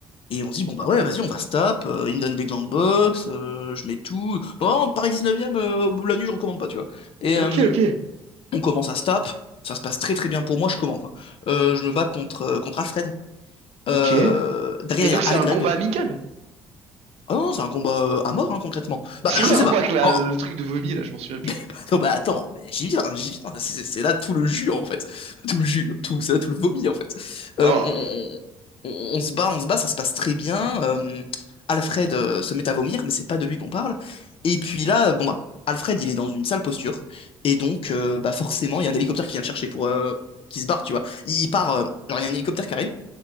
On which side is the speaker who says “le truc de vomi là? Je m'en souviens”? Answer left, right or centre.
Right